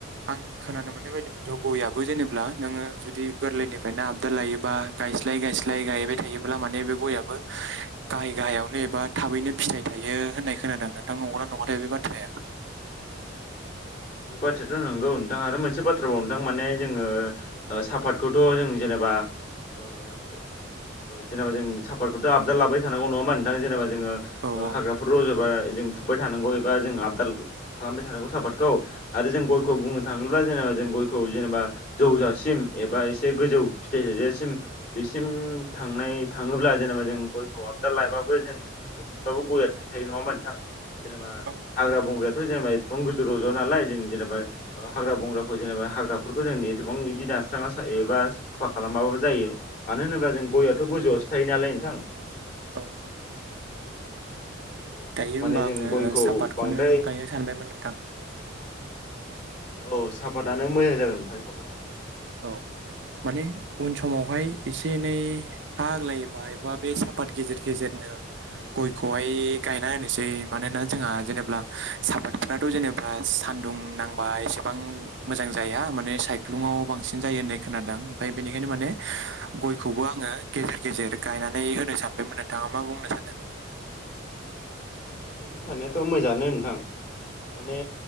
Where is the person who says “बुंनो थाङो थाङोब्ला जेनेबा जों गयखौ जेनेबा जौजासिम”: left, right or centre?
Left